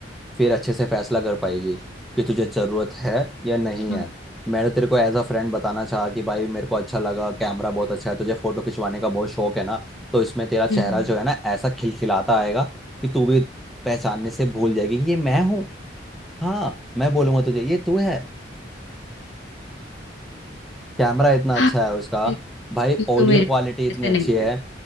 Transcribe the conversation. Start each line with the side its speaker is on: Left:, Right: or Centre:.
Centre: फिर अच्छे से फैसला कर पाएगी कि तुझे ज़रूरत है या नहीं
Left: हाँ,
Centre: है मैंने तेरे को एज अ फ्रेंड बताना चाहा कि भाई मेरे को अच्छा लगा कैमरा बहुत अच्छा है तुझे फोटो खिंचवाने का बहुत शौक है ना तो इसमें तेरा चेहरा
Left: हम्म
Centre: जो है ना ऐसा खिलखिलाता आएगा कि तू भी पहचानने से भूल जाएगी कि ये मैं हूँ हाँ मैं बोलूंगा तुझे ये तू है कैमरा इतना
Left: हाँ,
Centre: अच्छा है उसका
Left: एक-
Centre: भाई
Left: एक
Centre: ऑडियो
Left: तो मेरे
Centre: क्वालिटी
Left: पास
Centre: इतनी
Left: ऐसे
Centre: अच्छी
Left: नहीं
Centre: है
Left: है